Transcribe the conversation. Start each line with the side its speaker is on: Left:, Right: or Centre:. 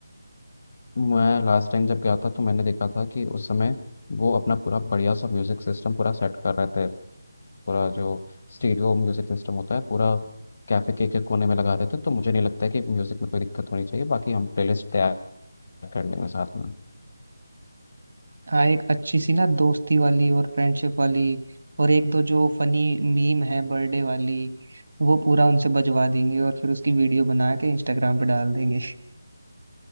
Left: मैं लास्ट टाइम जब गया था तो मैंने देखा था कि उस समय वो अपना पूरा बढ़िया सा म्यूज़िक सिस्टम पूरा सेट कर रहे थे पूरा जो स्टीरियो म्यूजिक सिस्टम होता है पूरा कैफे के, के कोने में लगा देते हैं, तो मुझे नहीं लगता है कि म्यूजिक में कोई दिक्कत होनी चाहिए बाकी हम प्लेलिस्ट तैयार कर लेंगे साथ में
Right: हाँ एक अच्छी सी ना दोस्ती वाली और फ्रेंडशिप वाली और एक दो जो फनी मीम है बर्थडे वाली वो पूरा उनसे बजवा देंगे और फिर उसकी वीडियो बना के इंस्टाग्राम पे डाल देंगे